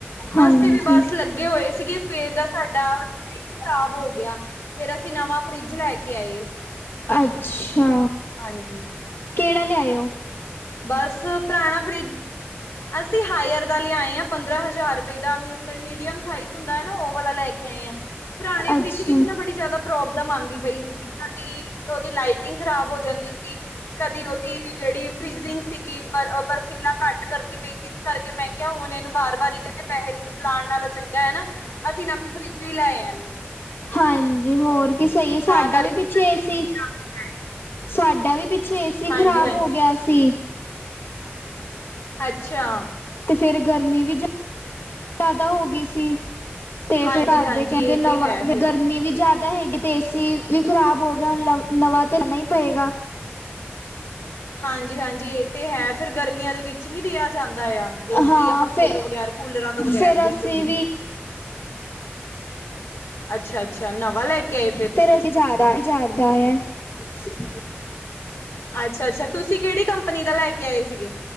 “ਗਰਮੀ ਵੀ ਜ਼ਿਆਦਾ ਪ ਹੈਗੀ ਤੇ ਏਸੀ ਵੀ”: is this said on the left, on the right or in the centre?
Left